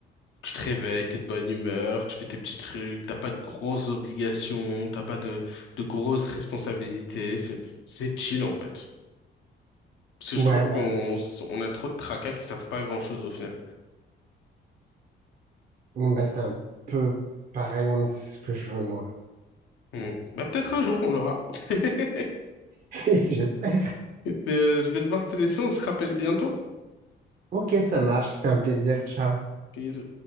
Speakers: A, on the left; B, on the right.
A: Tu te réveilles, t'es de bonne humeur, tu fais tes petits trucs, t'as pas de grosses obligations, t'as pas de, de grosses responsabilités, c'est, c'est chill en fait. Parce que
B: Ouais,
A: je trouve
B: bah,
A: qu'on s- on a trop de tracas qui servent pas à grand-chose au final.
B: bon, bah c'est un peu pareil, ouais, mais c'est ce que je veux moi.
A: Hmm. Bah peut-être un jour on l'aura. <laughs>
B: <laughs> J'espère.
A: Mais euh, je vais devoir te laisser, on se rappelle bientôt.
B: Ok, ça marche. C'était un plaisir. Ciao.
A: Peace.